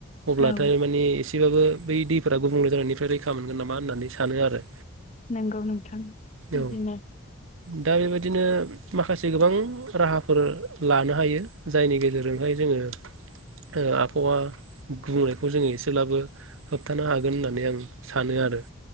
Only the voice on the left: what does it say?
औ औ
नोंगौ नोंथां बिदिनो